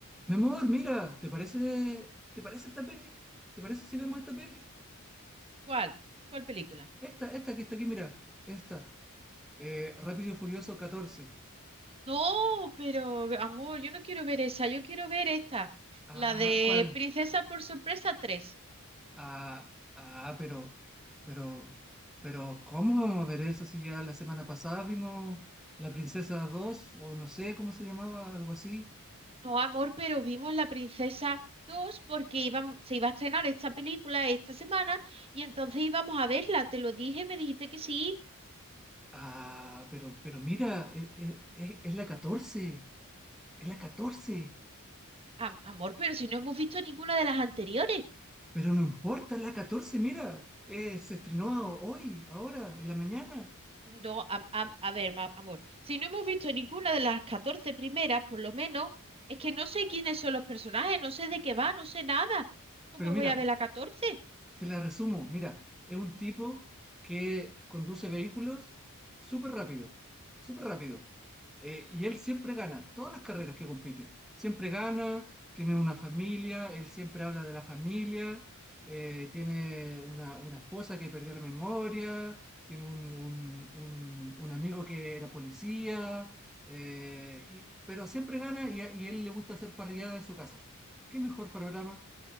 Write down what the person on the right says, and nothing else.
¿Cuál? ¿Cuál película?
No, pero amor, yo no quiero ver esa, yo quiero ver esta,
la de
Princesa por Sorpresa tres.
No, amor, pero vimos La Princesa dos porque iban- se iba a estrenar esta película esta semana y entonces íbamos a verla, te lo dije, me dijiste que sí.
Am- amor, pero si no hemos visto ninguna de las anteriores.
No, a, a- a ver, ma- amor, si no hemos visto ninguna de las 14 primeras, por lo menos, es que no sé quiénes son los personajes, no sé de qué va, no sé nada. ¿Cómo
voy
a ver la catorce?